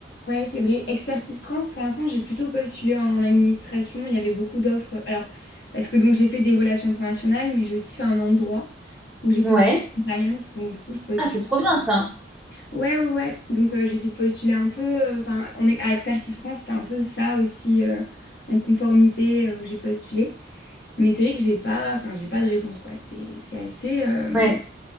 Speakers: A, on the left (about 60°); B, in the centre.
A: Ouais, c'est vrai. Expertise France, pour l'instant, j'ai plutôt postulé en administration. Il y avait beaucoup d'offres. Alors, parce que donc j'ai fait des relations internationales, mais j'ai aussi fait un endroit où j'ai
B: Ouais.
A: fait beaucoup de compliance. Donc, du coup, je postule.
B: Ah, c'est trop bien, ça.
A: Ouais, ouais, ouais. Donc, euh, j'essaie de postuler un peu. euh, Enfin, on est à Expertise France, c'était un peu ça aussi euh, en conformité euh, où j'ai postulé. Mais c'est vrai que j'ai pas, enfin, j'ai pas de réponse, quoi. C'est, c'est assez, euh,
B: Ouais.